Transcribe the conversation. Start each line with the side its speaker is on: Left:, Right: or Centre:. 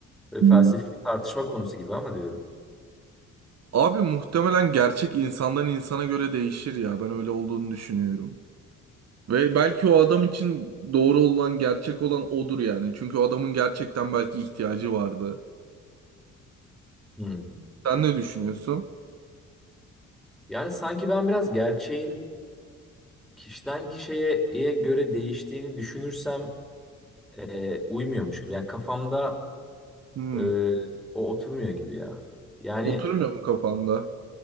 Centre: böyle
Right: Hmm.
Centre: felsefik bir tartışma konusu gibi ama diyorum.
Right: Abi muhtemelen gerçek insandan insana göre değişir ya. Ben öyle olduğunu düşünüyorum. Ve belki o adam için doğru olan, gerçek olan odur yani. Çünkü o adamın gerçekten belki ihtiyacı vardı.
Centre: Hmm.
Right: Sen ne düşünüyorsun?
Centre: Yani sanki ben biraz gerçeğin kişiden kişiye göre değiştiğini düşünürsem e, uymuyormuş gibi. Yani kafamda
Right: Hmm.
Centre: Ee, o oturmuyor gibi ya. Yani
Right: Oturmuyor mu kafanda?